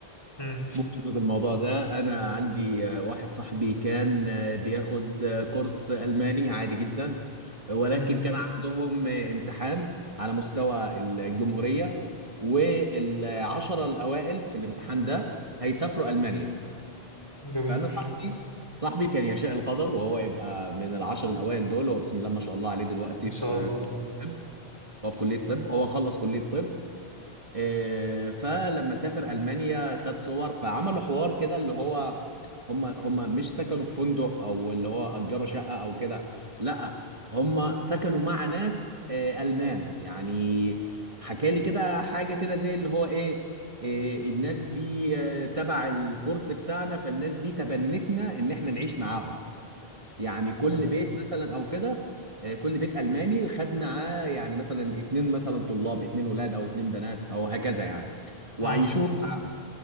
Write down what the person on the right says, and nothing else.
بخصوص الموضوع ده انا عندي آه، واحد صاحبي كان آه، بياخد آه، كورس الماني عادي جدا ولكن
كان عندهم آه، امتحان على مستوى الجمهوريه والعشره الاوائل في الامتحان ده هيسافروا المانيا
فانا صاحبي صاحبي كان يشاء القدر وهو يبقى من العشر الاوائل دول هو بسم الله ما شاء الله عليه دلوقتي
في آه،
كلية- هو في كلية طب هو خلص كلية طب إيه، فلما سافر المانيا خد صور فعملوا حوار كده اللي هو هم هم مش سكنوا في فندق او اللي هو اجروا شقه او كده لا هم سكنوا مع ناس إيه، المان يعني حكى لي كده حاجه كده زي اللي هو ايه إيه، الناس دي آه، تبع الكورس بتاعنا فالناس دي تبنتنا ان احنا نعيش معاهم يعني كل
بيت مثلا او كده آه، كل بيت الماني خد معاه يعني مثلا اتنين مثلا طلاب اتنين ولاد او اتنين بنات او هكذا يعني وعيشوهم
معاهم